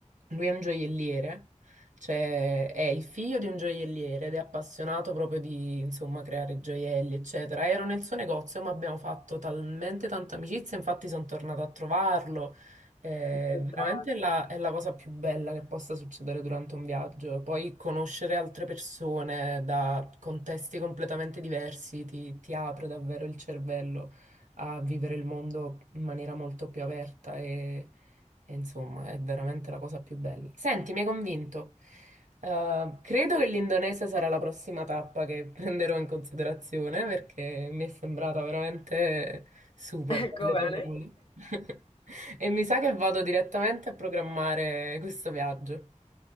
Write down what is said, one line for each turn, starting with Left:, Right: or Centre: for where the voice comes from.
Right: lui è un gioielliere, cioè è il figlio di un gioielliere ed è appassionato proprio di, insomma, creare gioielli, eccetera. Ero nel suo negozio, ma abbiamo fatto talmente tanta amicizia, infatti sono tornata a trovarlo. Eh,
Left: Spettacolo.
Right: veramente è la, è la cosa più bella che possa succedere durante un viaggio. Poi conoscere altre persone da contesti completamente diversi ti, ti apre davvero il cervello a vivere il mondo in maniera molto più aperta e, e, insomma è veramente la cosa più bella. Senti, mi hai convinto. Eh, credo che l'Indonesia sarà la prossima tappa che prenderò in considerazione perché mi è sembrata veramente Super,
Left: Ecco
Right: dalle
Left: bene.
Right: tue parole. <laughs> E mi sa che vado direttamente a programmare questo viaggio.